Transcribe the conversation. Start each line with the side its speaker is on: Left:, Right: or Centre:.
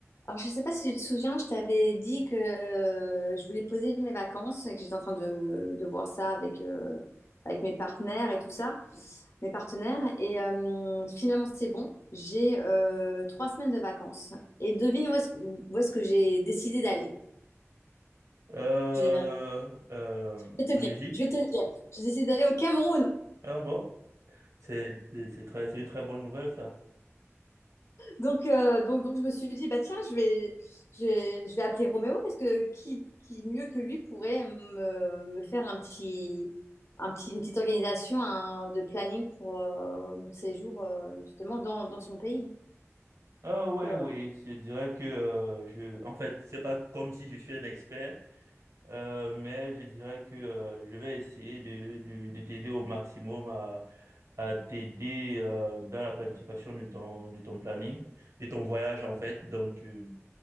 Left: Alors, je ne sais pas si tu te souviens, je t'avais dit que euh, je voulais poser mes vacances et que j'étais en train de, de voir ça avec, euh, avec mes partenaires et tout ça, mes partenaires. Et euh, finalement, c'est bon. J'ai euh, trois semaines de vacances. Et devine où est-ce, où est-ce que j'ai décidé d'aller.
Right: euh,
Left: Je vais
Right: euh,
Left: te le
Right: en
Left: dire.
Right: Égypte.
Left: Je vais te le dire. J'ai décidé d'aller au Cameroun.
Right: ah bon, c'est c'est c'est très c'est une très bonne nouvelle ça.
Left: Donc, euh, donc, donc, je me suis dit, bah tiens, je vais, je, vais je vais appeler Roméo parce que qui, qui mieux que lui pourrait me, me faire un petit, un petit, une petite organisation un- de planning pour euh, mon séjour euh, justement dans, dans son pays.
Right: Ah
Left: Donc,
Right: oui
Left: euh,
Right: oui, je dirais que euh, je en fait c'est pas comme si je suis un expert, euh, mais je dirais que euh, je vais essayer de de, de t'aider au maximum à à t'aider euh, dans la planification de ton de ton planning, de ton voyage en fait. Donc euh,